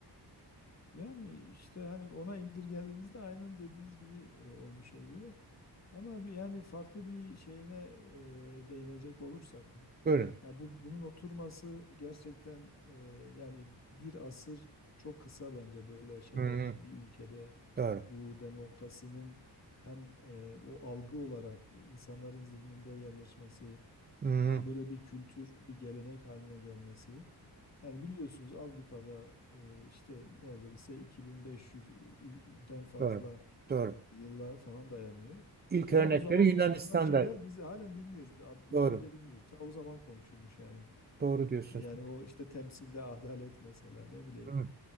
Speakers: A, on the left; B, on the right.
A: Yani işte hani ona indirgediğinizde aynen dediğiniz gibi o- olmuş oluyor. Ama bir yani farklı bir şeyine e, değinecek olursak
B: Buyurun.
A: Ya bu bunun oturması gerçekten e, yani bir asır çok kısa bence böyle şeylerin
B: Hı hı,
A: bir ülkede
B: Doğru.
A: bu demokrasinin hem e, o algı olarak insanların zihninde yerleşmesi
B: Hı hı,
A: hem böyle bir kültür, bir gelenek haline gelmesi. Yani biliyorsunuz Avrupa'da e, işte neredeyse 2500'den fazla
B: Doğru. Doğru.
A: Yıllar falan dayanıyor.
B: İlk
A: Yani
B: örnekleri
A: o zaman konuşulan
B: Yunanistan'da.
A: şeyler biz halen bilmiyoruz. Biz adlarını
B: Doğru.
A: bile bilmiyoruz. Ta o zaman konuşulmuş yani.
B: Doğru diyorsunuz.
A: Yani o işte temsilde adalet mesela ne bileyim.
B: Evet.